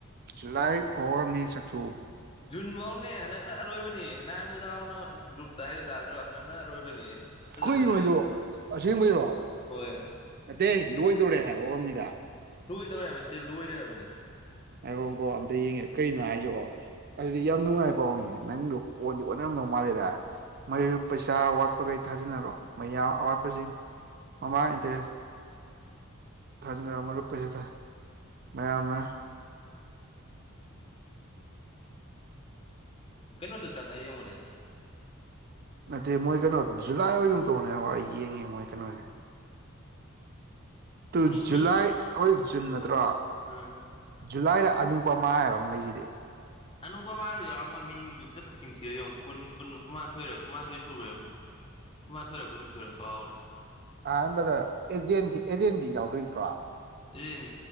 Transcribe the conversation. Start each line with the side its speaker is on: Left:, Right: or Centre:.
Right: ꯖꯨꯂꯥꯏ ꯑꯣ ꯅꯤ ꯁꯛꯊꯨ
Left: ꯖꯨꯟꯐꯧꯅꯦ ꯍꯟꯗꯛꯅ ꯑꯔꯣꯏꯕꯅꯤ ꯅꯍꯥꯟ ꯅꯥꯎꯅ ꯒ꯭ꯔꯨꯞꯇ ꯍꯥꯏꯗꯨ ꯇꯥꯗ꯭ꯔꯣ ꯍꯟꯗꯛꯅ ꯑꯔꯣꯏꯕꯅꯤ ꯐꯖ
Right: ꯀꯔꯤꯅꯣ
Left: ꯐꯖꯅ
Right: ꯍꯥꯏꯁꯤꯕꯣ ꯑꯁꯦꯡꯕꯩꯔꯣ
Left: ꯍꯣꯏ
Right: ꯅꯇꯦ ꯂꯣꯏꯗꯣꯔꯦ ꯍꯥꯏꯕ ꯑꯣꯏꯔꯝꯅꯤꯗ
Left: ꯂꯣꯏꯗꯧꯔꯦ ꯍꯥꯏꯕ ꯅꯠꯇꯦ ꯂꯣꯏꯔꯦ ꯍꯥꯏꯕꯅꯤ
Right: ꯉꯥꯏꯒꯣ ꯀꯣ ꯑꯝꯇ ꯌꯦꯡꯒꯦ ꯀꯩꯅꯣ ꯍꯥꯏꯁꯤꯕꯣ ꯑꯗꯨꯗꯤ ꯌꯥꯝ ꯅꯨꯡꯉꯥꯏ ꯄꯥꯎꯅꯦ ꯅꯪꯗꯣ ꯑꯣꯟꯗꯤ ꯑꯣꯟꯅꯔꯝꯗꯧ ꯃꯥꯜꯂꯤꯗ ꯃꯔꯨꯞ ꯄꯩꯁꯥ ꯑꯋꯥꯠꯄꯈꯩ ꯊꯥꯖꯤꯅꯔꯣ ꯃꯌꯥꯝ ꯑꯋꯥꯠꯄꯁꯤꯡ ꯃꯃꯥꯡꯗꯦ ꯊꯥꯖꯅꯔ ꯃꯔꯨꯞ ꯄꯩꯁ ꯊꯥ ꯃꯌꯥꯝꯅ
Left: ꯀꯩꯅꯣꯗ ꯆꯪꯉꯒ ꯌꯦꯡꯉꯨꯅꯦ
Right: ꯅꯠꯇꯦ ꯃꯣꯏ ꯀꯩꯅꯣ ꯖꯨꯂꯥꯏ ꯑꯣꯏꯒꯨꯝ ꯇꯧꯕꯅꯦ ꯉꯥꯏꯈꯣ ꯑꯩ ꯌꯦꯡꯉꯤꯒꯦ ꯃꯣꯏ ꯀꯩꯅꯣꯁꯤ ꯇꯨ
Left: ꯃꯤ
Right: ꯖꯨꯂꯥꯏ
Left: ꯃꯤ
Right: ꯍꯩꯖꯤꯛ ꯖꯨꯟ ꯅꯠꯇ꯭ꯔꯣ
Left: ꯎꯝ
Right: ꯖꯨꯂꯥꯏꯗ ꯑꯅꯨꯄꯃꯥ ꯍꯥꯏꯕ ꯑꯃ ꯂꯩꯁꯤꯗꯤ
Left: ꯑꯅꯨꯄꯥꯃꯥꯗꯣ ꯌꯥꯎꯔꯃꯣꯏ ꯃꯤ ꯗꯨꯃꯛꯇ ꯃꯁꯤꯡ ꯊꯤꯔ ꯌꯦꯡꯉꯣ ꯀꯨꯟ ꯀꯨꯟ ꯀꯨꯟꯃꯥꯊꯣꯏꯔꯣ ꯀꯨꯟꯃꯥꯊꯣꯏ ꯁꯨꯕ꯭ꯔ ꯌꯦꯡ ꯀꯨꯃꯥꯊꯣꯏꯔ ꯀꯨꯅꯤꯡꯊꯣꯏꯔ ꯀꯥꯎꯔꯦ
Right: ꯑꯍꯥꯟꯕꯗ ꯑꯦꯖꯦꯟꯖꯤ ꯑꯦꯖꯦꯟꯖꯤ ꯌꯥꯎꯗꯣꯏ ꯅꯠꯇ꯭ꯔꯣ
Left: ꯑꯦꯖꯦꯟ